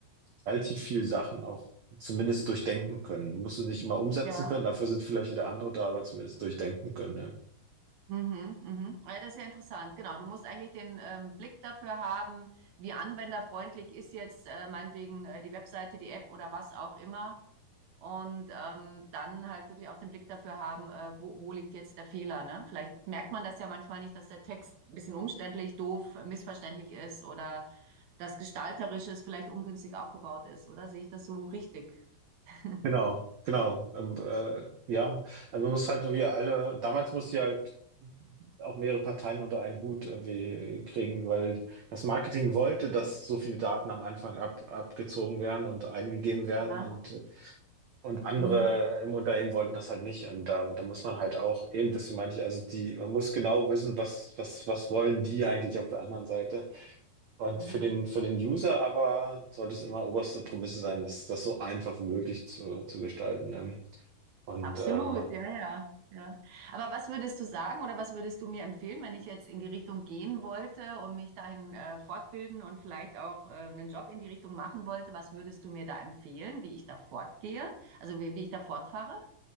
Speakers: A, on the right; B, on the right.
A: relativ viel Sachen auch zumindest durchdenken können. Du musst es nicht immer umsetzen
B: Ja.
A: können, dafür sind vielleicht wieder andere da, aber zumindest durchdenken können. Ja.
B: Mhm, mhm. Ah Ja, das ist ja interessant. Genau, du musst eigentlich den ähm, Blick dafür haben, wie anwenderfreundlich ist jetzt äh, meinetwegen äh, die Webseite, die App oder was auch immer. Und ähm, dann halt wirklich auch den Blick dafür haben, äh, wo, wo liegt jetzt der Fehler, ne? Vielleicht merkt man das ja manchmal nicht, dass der Text ein bisschen umständlich, doof, missverständlich ist oder das Gestalterische ist vielleicht ungünstig aufgebaut ist, oder? Sehe ich das so richtig? <laughs>
A: Genau, genau. Ähm, äh, ja, also man muss halt wie alle, damals musste ich halt auch mehrere Parteien unter einen Hut irgendwie kriegen, weil das Marketing wollte, dass so viele Daten am Anfang ab, abgezogen werden und eingegeben werden.
B: Ja.
A: Und Und andere
B: Mhm.
A: im Unternehmen wollten das halt nicht. Und da, da muss man halt auch eben, deswegen meinte ich, also die, man muss genau wissen, was, was, was wollen die eigentlich auf der anderen Seite. Und
B: Mhm.
A: für den, für den User aber sollte es immer oberste Prämisse sein, das, das so einfach wie möglich zu, zu gestalten. Ne? Und
B: Absolut,
A: ähm,
B: ja, ja, ja. Aber was würdest du sagen oder was würdest du mir empfehlen, wenn ich jetzt in die Richtung gehen wollte und mich dahin äh, fortbilden und vielleicht auch äh, einen Job in die Richtung machen wollte? Was würdest du mir da empfehlen, wie ich da fortgehe? Also wie, wie ich da fortfahre?